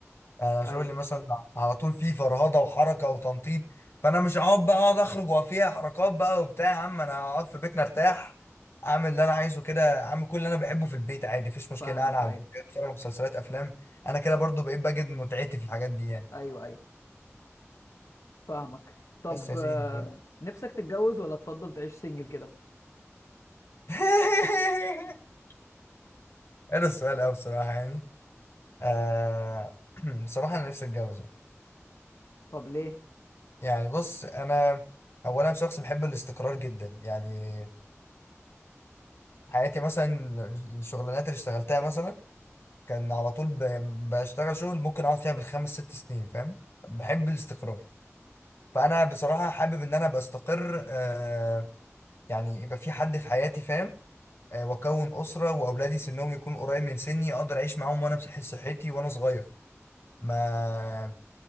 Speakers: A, on the left (about 55°); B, on the left (about 80°).
A: يعني انا شغلي
B: ايوه
A: مثلا على طول فيه فرهضه وحركه وتنطيط فانا مش هقعد بقى اقعد اخرج وفيها حركات بقى وبتاع يا عم انا هقعد في بيتنا ارتاح اعمل اللي انا عايزه كده اعمل كل اللي انا بحبه في البيت عادي مفيش مشكله
B: فاهمك
A: العب
B: ايوه
A: اتفرج على مسلسلات افلام انا كده برضو بقيت بجد متعتي في الحاجات دي يعني
B: ايوه ايوه فاهمك طب
A: بس يا سيدي
B: آم،
A: بقى
B: نفسك تتجوز ولا تفضل تعيش سنجل كده
A: <laughs> حلو السؤال قوي بصراحه يعني آه <clears throat> بصراحه انا نفسي اتجوز يعني
B: طب ليه
A: يعني بص انا اولا شخص بحب الاستقرار جدا يعني حياتي مثلا الشغلانات اللي اشتغلتها مثلا كان على طول ب- بشتغل شغل ممكن اقعد فيها بالخمس ست سنين فاهم بحب الاستقرار فانا بصراحة حابب ان انا ابقى استقر آه يعني يبقى في حد في حياتي فاهم آه واكون اسرة واولادي سنهم يكون قريب من سني اقدر اعيش معاهم وانا بصحة صحتي وانا صغير ما